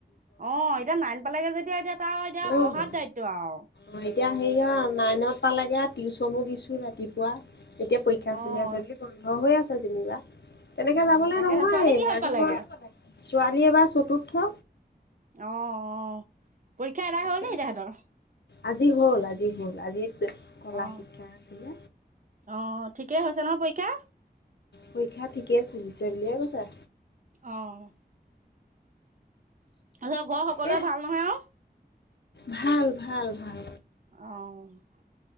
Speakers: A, on the right; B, on the left.
A: অ', এতিয়া নাইন পালেগে যেতিয়া এতিয়া তাৰ এতিয়া পঢ়াৰ
B: অ'।
A: দায়িত্ব আৰু
B: অ', এতিয়া হেৰি আৰু অনলাইনত পালেগে টিউচনো দিছো ৰাতিপুৱা, এতিয়া পৰীক্ষা
A: অ',
B: চলি আছে বুলি বন্ধ হৈ আছে যেনিবা, তেনেকে
A: অ',
B: যাবলৈ
A: তাকেহে
B: নহয়ে
A: ছোৱালী কিহত পালেগে?
B: ছোৱালী এইবাৰ চতুৰ্থ।
A: অ', অ', পৰীক্ষা এদাই
B: তাকে
A: হ'ল নি তেহেঁতৰ।
B: আজি হ'ল আজি হ'ল, আজি কলা
A: অ',
B: শিক্ষা আছিলে।
A: অ', ঠিকেই হৈছে নহয় পৰীক্ষা?
B: পৰীক্ষা ঠিকে চলিছে বুলিয়ে কৈছে।
A: অ'। তাৰপিছত ঘৰ সকলোৱে
B: এ
A: ভাল নহয় আৰু?
B: ভাল ভাল ভাল।
A: অ'।